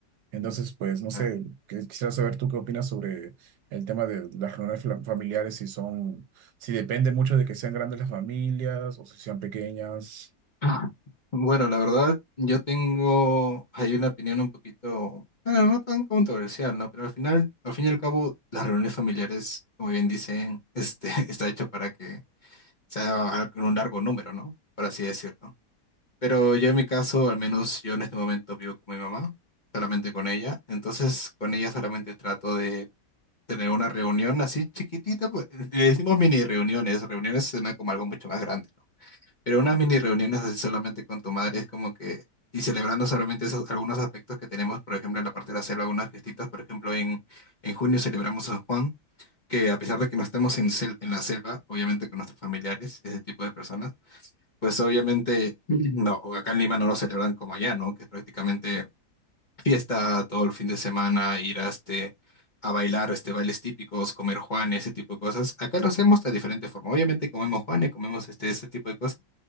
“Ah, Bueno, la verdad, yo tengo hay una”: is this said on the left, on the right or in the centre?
Left